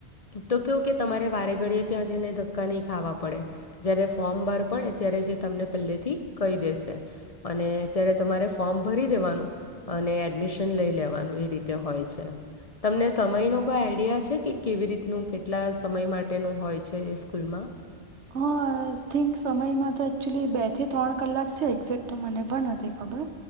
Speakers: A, on the left; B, on the right.
A: તો કવું કે તમારે વારે ઘડીએ ત્યાં જઈને ધક્કા નહીં ખાવા પડે જ્યારે ફોર્મ બહાર પડે ત્યારે જે તમને પહેલેથી કહી દેશે અને ત્યારે તમારે ફોર્મ ભરી દેવાનું અને એડમિશન લઈ લેવાનું એ રીતે હોય છે. તમને સમયનો કોઈ આઈડિયા છે કે કેવી રીતનું કેટલા સમય માટેનું હોય છે સ્કૂલ? <inaudible>
B: હા આ થિંક સમયમાં તો એકચુલી બે થી ત્રણ કલાક છે એક્ઝેક્ટ તો મને પણ નથી ખબર.